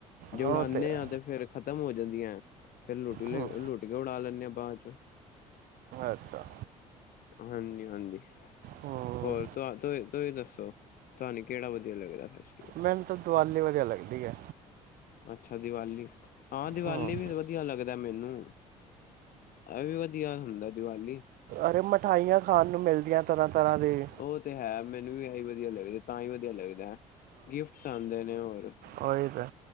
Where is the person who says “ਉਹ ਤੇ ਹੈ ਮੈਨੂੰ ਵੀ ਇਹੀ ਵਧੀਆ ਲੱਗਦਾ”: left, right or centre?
Left